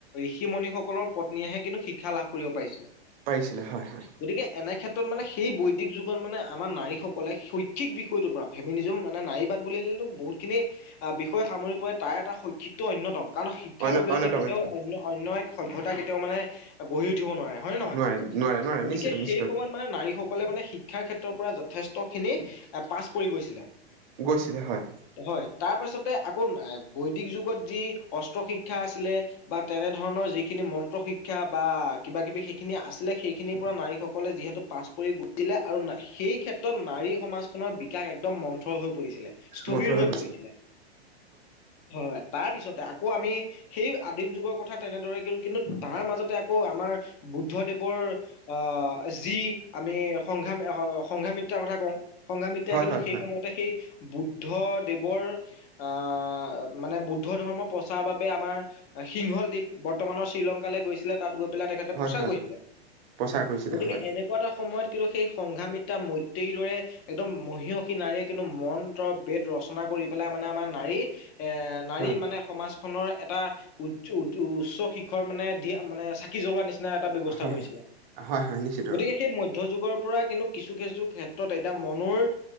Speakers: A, on the left; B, on the right.
A: ঋষি মুণিসকলৰ পত্নীয়েহে কিন্তু শিক্ষা লাভ কৰিব পাৰিছিলে।
B: পাৰিছিলে, হয় হয়।
A: গতিকে এনে ক্ষেত্ৰত মানে সেই বৈদিক যুগত মানে আমাৰ নাৰীসকলে শৈক্ষিক বিষয়টোৰ পৰা, ফেমিনিজম মানে নাৰী বাদ বুলিলেতো বহুতখিনি বিষয় সামৰি পৰে, তাৰ এটা শৈক্ষিক টো অন্যতম, কাৰণ শিক্ষাৰ
B: অন্য
A: অবিহনে
B: অন্যতম
A: কেতিয়াও
B: অন্যতম
A: অন্য অন্য এক সভ্যতা কেতিয়াও মানে গঢ়ি উঠিব নোৱাৰে। হয় নে নহয়?
B: নোৱাৰে নোৱাৰে নোৱাৰে
A: গতিকে
B: নিশ্চিত নিশ্চিত
A: সেই সময়ত নে নাৰীসকলে মানে শিক্ষাৰ ক্ষেত্ৰৰ পৰা যথেষ্ট খিনি এ পাছ পৰি গৈছিলে।
B: গৈছিলে হয়।
A: হয়, তাৰপাছতে আকৌ নাই বৈদিক যুগত যি অস্ত্ৰ শিক্ষা আছিলে। বা তেনে ধৰণৰ যিখিনি মন্ত্ৰ শিক্ষা বা কিবা কিবি সেইখিনি আছিলে, সেইখিনিৰ পৰা নাৰীসকলে যিহেতু পাছ পৰি গৈছিলে আৰু সেই ক্ষেত্ৰত নাৰী সমাজখনৰ বিকাশ একদম মন্থৰ হৈ পৰিছিলে। স্থবিৰ
B: বন্ধ
A: হৈ
B: গৈছিলে
A: পৰিছিলে। হয়, হয় তাৰপিছতে আকৌ আমি সেই আদিম যুগৰ কথা তেনেদৰে কিন্তু তাৰ মাজতে আকৌ আমাৰ বুদ্ধদেৱৰ অ যি আমি সংঘা সংঘামিত্ৰাৰ কথা কওঁ সংঘামিত্ৰাই
B: হয়
A: কিন্তু
B: হয়
A: সেই
B: হয়
A: সময়তে সেই বুদ্ধ দেৱৰ আ মানে বুদ্ধ ধৰ্ম প্ৰচাৰৰ বাবে আমাৰ সিংহল দ্বীপ বৰ্তমানৰ শ্ৰীলংকালৈ গৈছে পেলে তাত গৈ পেলাই তেখেতে
B: হয়
A: প্ৰচাৰ
B: হয়
A: কৰিছিলে
B: প্ৰচাৰ কৰিছিলে
A: গতিকে
B: হয়
A: এনে এনেকুৱা এটা সময়ত কিন্তু সেই সংঘামিত্ৰা মৈত্ৰেয়ীৰ দৰে একদম মহীয়সী নাৰীয়ে কিন্তু মন্ত্ৰ বেদ ৰচনা কৰি পেলাই মানে আমাৰ নাৰী এ নাৰী
B: হয়
A: মানে সমাজখনৰ এটা উজ উ উচ্চ শিখৰ মানে দিয়া মানে চাকি জ্বলোৱা নিচিনা নিচিনা এটা ব্যৱস্থা
B: হয়
A: কৰিছিলে
B: হয় হয় হয় নিশ্চিত
A: গতিকে সেই মধ্যযুগৰ পৰা কিন্তু কিছু কিছু ক্ষেত্ৰত এতিয়া মনুৰ